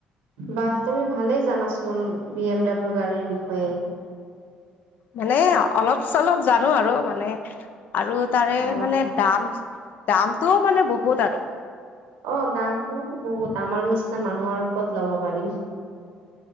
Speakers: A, on the right; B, on the left.
A: বাহ! তুমি ভালেই জানাচোন। বি এম ডাব্লিউ গাড়ীৰ বিষয়ে।
B: মানে অলপ- চলপ জানো আৰু মানে, আৰু তাৰে
A: অ
B: মানে দাম, দামটোও মানে বহুত আৰু।
A: অ, দামটো বহুত। আমাৰ নিচিনা মানুহৰ কত ল'ব পাৰিম।